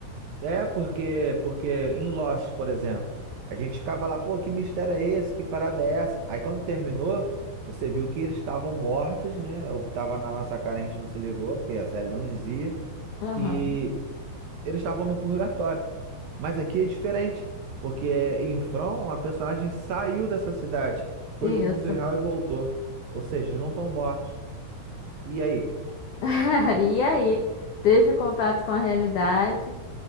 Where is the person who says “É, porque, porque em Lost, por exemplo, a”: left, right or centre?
Right